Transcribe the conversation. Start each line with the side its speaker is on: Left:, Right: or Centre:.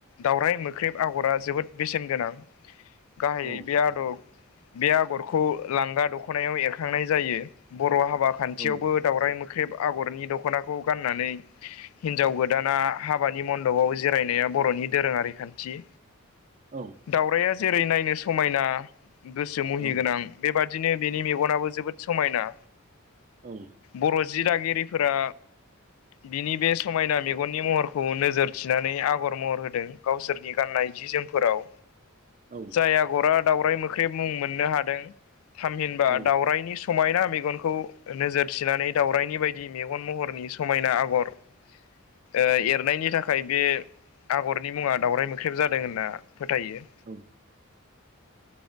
Left: दाउराय मोख्रेब आगरा जोबोद बेसेन गोनां गाहायै
Right: औ
Left: बे आदब बे आ गरखौ लांगा दख'नायाव एरखांनाय जायो बर' हाबा खान्थियावबो
Right: औ
Left: दाउराय मोख्रेब आगरनि दख'नाखौ गाननानै हिनजाव गोदाना हाबानि मन्दपाव जिरायनाया बर'नि दोरोङारि खान्थि
Right: औ।
Left: दाउराया जेरै नायनो समायना। गोसो मुहिगोनां
Right: औ
Left: बेबादिनो बेनि मेगनाबो जोबोद समायना।
Right: औ।
Left: बर' जि दागिरिफोरा बिनि बे समायना मेगननि महरखौ नोजोर थिनानै आगर महर होदों। गावसोरनि गाननाय जि जोमफोराव
Right: औ
Left: जाय आगरा दावराय मोख्रैब मुं मोननो हादों थामहिनबा
Right: औ
Left: दावरायनि समायना मेगनखौ नोजोर थिनानै दावरायनि बायदि मेगन महर नि समायना आगर एरनायनि थाखाय बे आगरनि मुङा दाउराय मोख्रेब जादों होनना फोथायो।
Right: औ